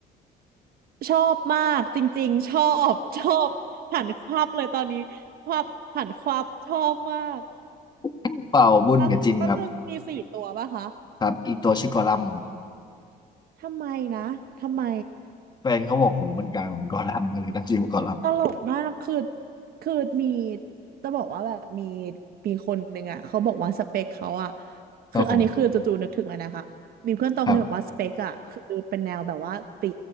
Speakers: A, on the right; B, on the left.
A: ชอบมากจริงๆ ชอบ <laughs> ชอบหันควับเลยตอนนี้ควับหันควับชอบมาก
B: <laughs> เป่าบุญกับจินครับ
A: แล้วแป๊บนึงมีสี่ตัวป่ะคะ
B: ครับอีกตัวชื่อกอลัมครับ
A: ทำไมนะ ทำไม
B: แฟนเขาบอกหูมันกลางเหมือนกอลัมก็เลยตั้งชื่อว่ากอลัม
A: ตลกมากคือคือมีจะบอกว่าแบบมีมีคนหนึ่งอ่ะเขาบอกว่าสเปคเขาอ่ะ
B: ครับผม
A: คืออันนี้คือจู่ๆนึกถึงเลยนะคะมีเพื่อนโตคนหนึงบอกว่าสเปคอ่ะคือเป็นแนวแบบว่าตี
B: ครับ